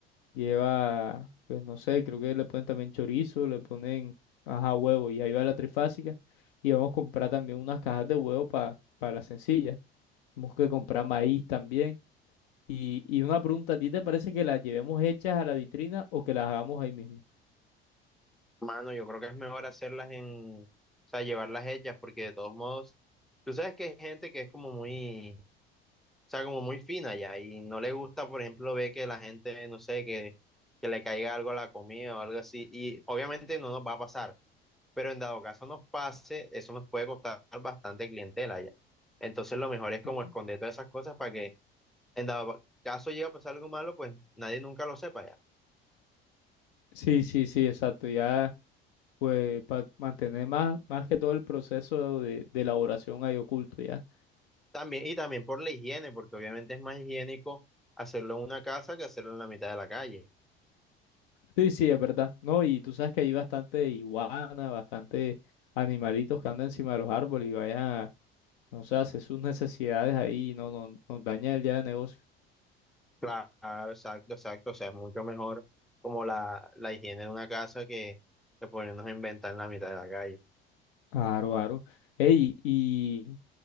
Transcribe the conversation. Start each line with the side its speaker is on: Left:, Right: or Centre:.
Left: Lleva, pues no sé, creo que le ponen también chorizo, le ponen, ajá, huevo. Y ahí va la trifásica. Y vamos a comprar también unas cajas de huevo para la sencilla. Tenemos que comprar maíz también. Y, y una pregunta, ¿a ti te parece que las llevemos hechas a la vitrina o que las hagamos ahí mismo?
Centre: Mano, yo creo que es mejor hacerlas en, o sea, llevarlas hechas, porque de todos modos, tú sabes que hay gente que es como muy, o sea, como muy fina ya, y no le gusta, por ejemplo, ver que la gente, no sé, que, que le caiga algo a la comida o algo así, y obviamente no nos va a pasar. pero en dado caso nos pase, eso nos puede costar bastante clientela ya. Entonces lo mejor es como
Left: Ujú.
Centre: esconder todas esas cosas para que en dado caso llegue a pasar algo malo, pues nadie nunca lo sepa ya.
Left: Sí, sí, sí, exacto. Ya, pues, para mantener más, más que todo el proceso de, de elaboración ahí oculto, ya.
Centre: También, y también por la higiene, porque obviamente es más higiénico hacerlo en una casa que hacerlo en la mitad de la calle.
Left: Sí, sí, es verdad. No, y tú sabes que hay bastante iguana, bastante animalitos que andan encima de los árboles y vayan a, no sé, a hacer sus necesidades ahí y no, no, nos daña el día de negocio.
Centre: Claro, exacto, exacto. O sea, es mucho mejor como la, la higiene de una casa que, que ponernos a inventar en la mitad de la calle.
Left: Aro, aro. Ey, y,